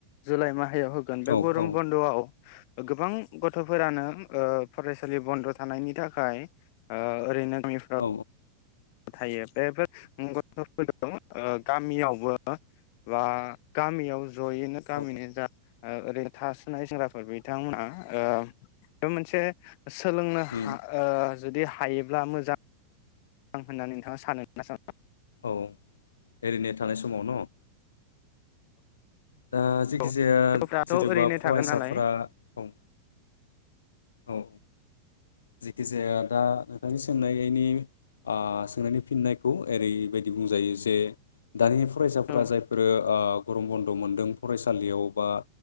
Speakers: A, on the left (about 45°); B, on the left (about 65°).
A: जुलाइ माह हायाव होगोन बे
B: औ
A: गरम
B: औ
A: बन्द'आव गोबां ग थ'फोरानो ओ फरेस लि बन्द' थानायनि थाखाय ओ ओरैनो गामिफ्राव
B: औ
A: थायो बेफो मुं <inaudible> गामियावबो बा गामियाव ज'यैनो गामिनि
B: औ
A: जा ओ ओरै थासोनाय सेंग्राफोर बिथांमोना ओ बे मोनसे सोलोंनो
B: उम
A: हा ओ जुदि हायोब्ला मोजां आं होननानै नोंथाङा सानो ना साना?
B: औ ओरैनो थानाय समाव न' दा जे
A: गथ'फ्राथ'
B: खिजाया जेदोबा
A: ओरैनो
B: फरायसाफोरा
A: थागोन नालाय
B: औ औ जेखिजाया दा नोंथांनि सोंनायैनि आ सोंनायनि फिननायखौ ओरैबायदि बुंजायो जे दानि फरायसाफोरा
A: औ
B: जायफोरो आ गरम बन्द' मोनदों फरायसालियाव बा